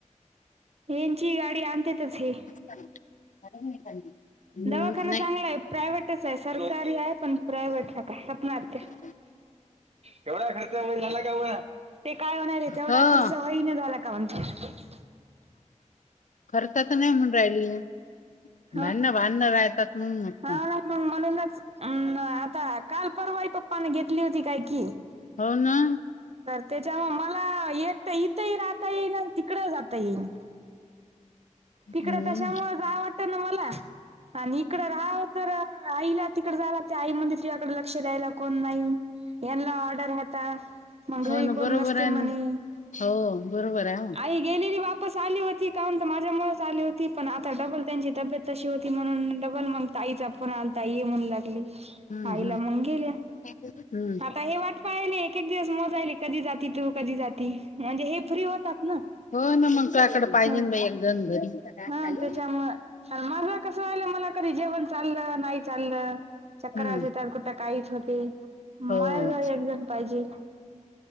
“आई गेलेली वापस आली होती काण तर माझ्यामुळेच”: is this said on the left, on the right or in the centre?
Right